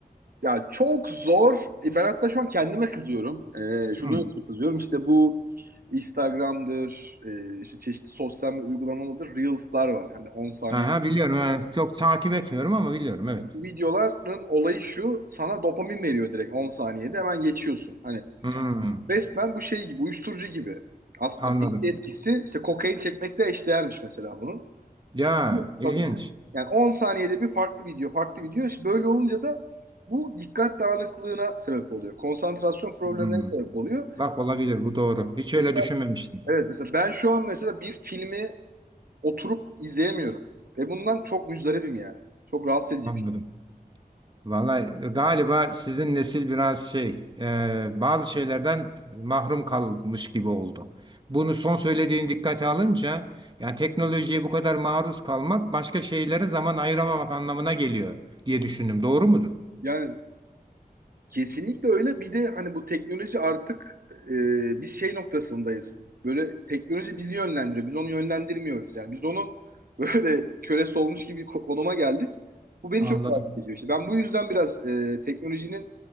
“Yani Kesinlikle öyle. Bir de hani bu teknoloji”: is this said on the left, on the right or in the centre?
Right